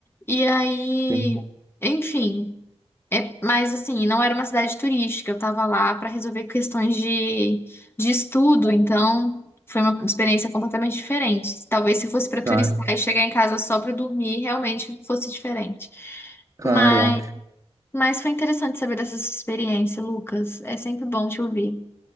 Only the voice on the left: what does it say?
E aí,
enfim. É, mas assim, não era uma cidade turística, eu tava lá para resolver questões de, de estudo, então foi uma experiência completamente diferente. Talvez se fosse para
turistar e chegar em casa só para dormir, realmente fosse diferente.
Mas,
mas foi interessante saber dessa sua experiência, Lucas. É sempre bom te ouvir.